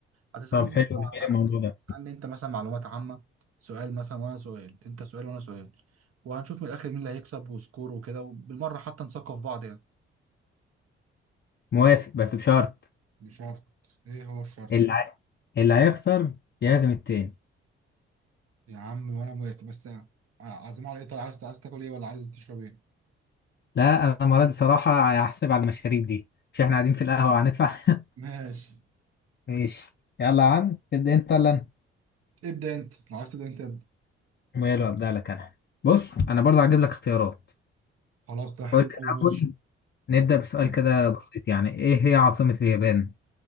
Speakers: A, on the right (about 50°); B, on the left (about 35°).
A: هتسالني
B: طب حلو <laughs> جميل الموضوع ده
A: هتسالني انت مثلا معلومات عامه سؤال مثلا وانا سؤال انت سؤال وانا سؤال وهنشوف من الاخر مين اللي هيكسب وسكور وكده وبالمره حتى نثقف بعض يعني
B: موافق بس بشرط
A: مش شرط ايه هو الشرط
B: اللي عاي... اللي هيخسر يعزم التاني
A: يا عم وانا موافق بس عازم على ايه طيب عايز عايز تاكل ايه ولا عايز تشرب ايه
B: لا انا المرة دي صراحة هحسب على المشاريب دي مش احنا قاعدين في القهوة وهندفع <laughs>
A: ماشي
B: ماشي يلا يا عم تبدأ انت ولا
A: ابدا انت لو عايز تبدا انت ابدا
B: انا ويلا ابدأ لك انا بص انا برضه هجيب لك اختيارات
A: خلاص ده
B: قول
A: حلو
B: لي
A: قوي
B: الاول
A: ماشي
B: نبدأ بسؤال
A: ماشي.
B: كده بسيط يعني ايه هي عاصمة اليابان